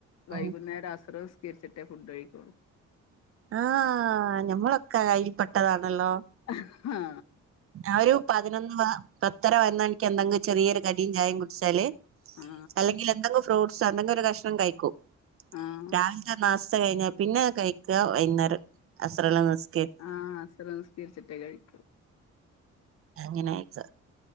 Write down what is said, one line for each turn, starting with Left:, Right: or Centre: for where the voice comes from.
Left: വൈകുന്നേരം
Right: ഉം
Left: അസ്റ് നിസ്കരിച്ചിട്ടേ ഫുഡ് കഴിക്കൊള്ളു
Right: ആഹ് ഞമ്മളൊക്കെ അയ്ല് പെട്ടതാണല്ലോ
Left: ആഹാ
Right: ഞാഒരു പതിനൊന്ന് പ പത്തര പതിനൊന്ന് മണിക്ക് എന്തെങ്കിലും ചെറിയൊരു കടീം ചായേം കുടിച്ചാല്
Left: ആഹ്
Right: അല്ലെങ്കിൽ എന്തെങ്കിലും ഫ്രൂട്ട്സോ എന്തെങ്കിലൊരു കഷ്ണം കഴിക്കും
Left: ആഹ്
Right: രാവിൽത്തെ നാസ്‌ത്ത കഴിഞ്ഞ പിന്നെ കഴിക്ക വൈകുന്നേരം അസ്റെല്ലം നിസ്
Left: ആഹ് അസറ് നിസ്‌കരിച്ചിട്ടേ കഴിക്കു
Right: അങ്ങനെയൊക്ക